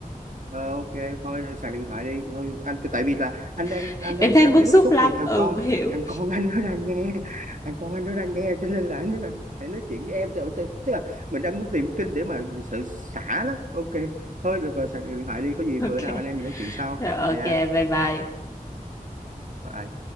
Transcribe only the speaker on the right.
Ờ, ok thôi sạc điện thoại đi thôi anh tại vì là anh đang
anh đang
cảm
thấy bức
xúc
vì thằng
con
thằng con anh nó đang nghe thằng con anh nó đang nghe cho nên là anh mới phải nói chuyện với em Tức tức- tức là mình đang muốn tìm kinh để mà sự xả đó ok thôi được rồi sạc điện thoại đi có gì
bữa nào anh em mình nói chuyện sau
nha
Bye.